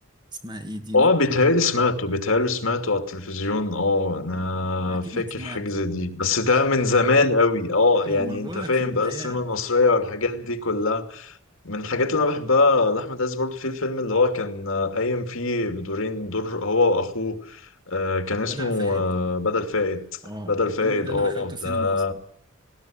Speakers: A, on the right (about 20°); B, on the left (about 70°).
A: اسمها ايه دي
B: اه
A: نور
B: بيتهيألي سمعته بيتهيألي سمعته على التلفزيون اه انا
A: أكيد
B: فاكر
A: سمعته
B: حاجه زي دي بس ده من زمان قوي اه
A: اه
B: يعني
A: ما أنا
B: انت
A: بقول
B: فاهم
A: لك في البدايات
B: بقى السينما المصريه والحاجات دي كلها من الحاجات اللي انا بحبها لاحمد عز برضو في الفيلم اللي هو كان آه، قايم فيه بدورين دور هو واخوه آه، كان
A: بدل
B: اسمه
A: فائد
B: آه، بدل فائد
A: اه
B: بدل فائد
A: الفيلم ده أنا
B: اه
A: دخلته سينما
B: ده
A: أصلا